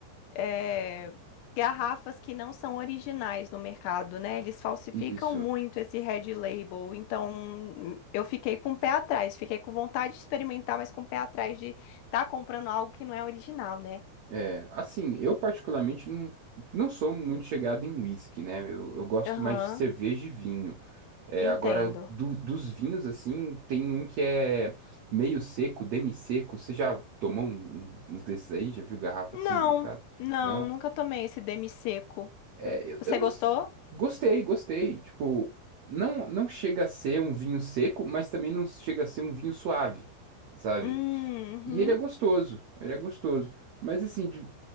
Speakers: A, on the left; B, on the right.
A: eh, garrafas que não são originais no mercado, né? Eles falsificam
B: Isso.
A: muito esse Red Label. Então, eu fiquei com o pé atrás. Fiquei com vontade de experimentar, mas com o pé atrás de estar comprando algo que não é original, né?
B: É, assim, eu particularmente não, não sou muito chegado em whisky, né? Eu, eu gosto
A: Aham,
B: mais de cerveja e vinho. É,
A: entendo.
B: agora, do- dos vinhos, assim, tem um que é meio seco, demi-seco. Você já tomou um- um, uns desses aí? Já viu garrafa
A: Não,
B: assim no mercado?
A: não,
B: Não?
A: nunca tomei esse demi seco.
B: É, eu,
A: Você
B: eu não...
A: gostou?
B: s- Gostei, gostei. Tipo, não, não chega a ser um vinho seco, mas também não chega a ser um vinho suave, sabe?
A: Hum, Uhum.
B: E ele é gostoso, ele é gostoso. Mas, assim, de-